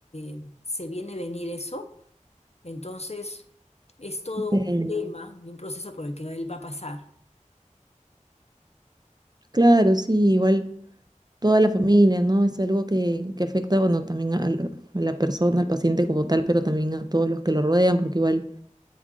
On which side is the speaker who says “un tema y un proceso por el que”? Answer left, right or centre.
Left